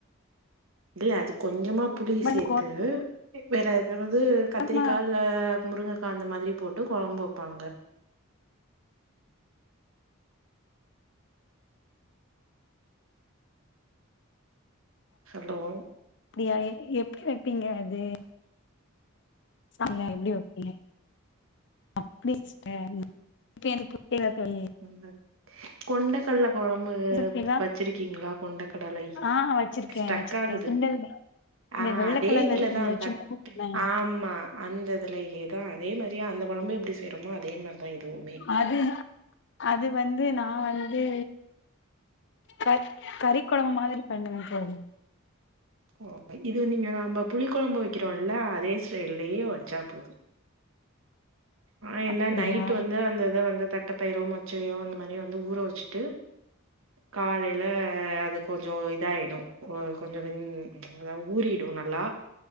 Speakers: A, on the right (about 75°); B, on the left (about 60°).
A: இல்ல அது கொஞ்சமா புளிய
B: பட்
A: சேத்து வேற அதென்னது
B: கொழம்பா
A: கத்திரிக்கால முருங்கக்கா அந்த மாதிரி போட்டு கொழம்பு வப்பாங்க சாப்டுவோ
B: அப்டியா எப்டி வெப்பீங்க அது சாய்ன எப்டி வப்பீங்க அப்டி சிஸ்டர் இப்ப எனக் <inaudible> தோழி
A: ம் கொண்ட கட்ல கொழம்பு
B: இப்ப புரியுதா
A: வச்சிருக்கீங்ளா கொண்ட கடலை
B: ஆ வச்சிருக்கே
A: ஸ்டக்
B: வச்சிருக்கே
A: ஆகுது
B: சுண்டல் இந்த
A: ஆ
B: வெள்ள
A: அதே
B: கலர்ல
A: இதுலதா
B: இருக்கும்ல
A: தட்
B: சுண்டல் தான
A: ஆமா அந்த இதுலயே தா அதே மாரியெ அந்த கொழம்பு எப்டி செய்றோமோ அதே மாரிதா இதுவுமே
B: அதுதா அது வந்து நா வந்து க கறி கொழம்பு மாதிரி பண்ணுவங் தோழி
A: ஓ இது நீங்க நம்ம புளி கொழம்பு வக்கிறோல்ல அதே ஸ்டைலயே வச்சா போது ஆ என்னா
B: அப்படியா
A: நைட் வந்து அந்த இத வந்து தட்ட பயிரோ மொச்சையோ அந்த மாரி வந்து ஊற வச்சு ட்டு காலைல அது கொஞ்சோ இதாய்டு வ கொஞ்சொ அதா வா ஊறிடு நல்லா